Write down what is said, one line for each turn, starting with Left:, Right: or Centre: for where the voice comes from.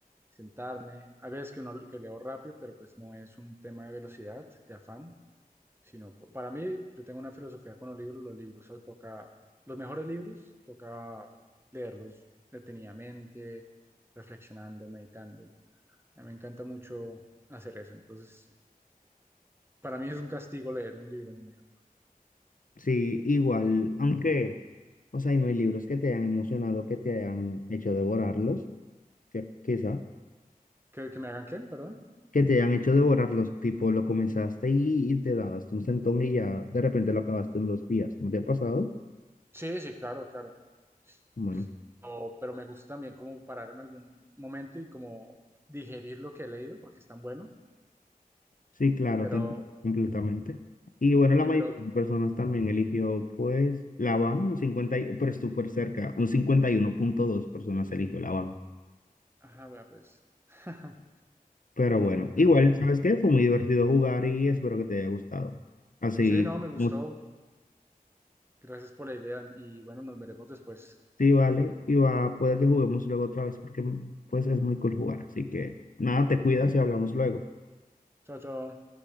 Right: sentarme. Hay veces que uno que leo rápido, pero pues no es un tema de velocidad, de afán, sino p- para mí, yo tengo una filosofía con los libros, los libros so- toca, los mejores libros toca leerlos detenidamente, reflexionando, meditando. A mí me encanta mucho hacer eso. Entonces, Para mí es un castigo leer un libro en un minuto.
Left: Sí, igual, aunque, o sea, y no hay libros que te hayan emocionado, que te hayan hecho devorarlos, que- quizá,
Right: ¿Que, que me hagan qué? Perdón.
Left: que te hayan hecho devorarlos, tipo, lo comenzaste y, y te dabas un sentón y ya de repente lo acabaste en dos días. ¿No te ha pasado?
Right: Sí, sí, claro, claro.
Left: Bueno,
Right: Sí, o- pero me gusta también como parar en algún momento y como digerir lo que he leído porque es tan bueno.
Left: sí, claro,
Right: Pero
Left: te entiendo completamente. Y bueno, la
Right: sí,
Left: mayoría
Right: pero...
Left: de personas también eligió, pues, la van, un 50, y- pero es súper cerca, un cincuenta y uno punto dos personas eligió la van.
Right: Ajá, bueno, pues. <laughs>
Left: Pero bueno,
Right: Pero
Left: igual,
Right: bueno.
Left: ¿sabes qué? Fue muy divertido jugar y espero que te haya gustado. Así,
Right: Sí, no, me gustó.
Left: mu-
Right: Gracias por la idea y bueno, nos veremos después.
Left: sí, vale, y va, puede que juguemos luego otra vez porque, pues, es muy cool jugar. Así que, nada, te cuidas y hablamos luego.
Right: Chao, chao.